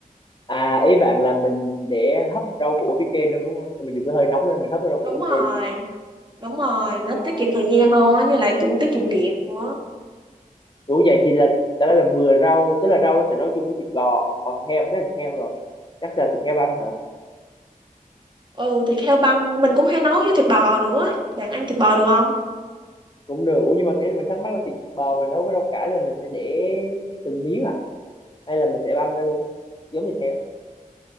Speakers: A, on the left (about 30°); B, on the right (about 30°).
A: à ý bạn là mình để hấp rau củ phía trên luôn đúng không thì mình dùng cái hơi nóng lên mình hấp cái rau củ
B: đúng
A: phía
B: rồi
A: trên luôn đúng không
B: đúng rồi nó
A: À.
B: tiết kiệm thời gian hơn á như lại cũng tiết kiệm điện nữa
A: Ủa vậy thì là đó là vừa rau tức là rau nó sẽ nấu chung với thịt bò hoặc thịt heo phải là thịt heo rồi chắc là thịt heo băm hả
B: ừ thịt heo băm mình cũng hay nấu với thịt bò nữa bạn ăn thịt bò được không
A: cũng được Ủa nhưng mà cái mình thắc mắc là thịt bò mình nấu với rau cải là mình sẽ để từng miếng à hay là mình sẽ băm ra luôn giống thịt heo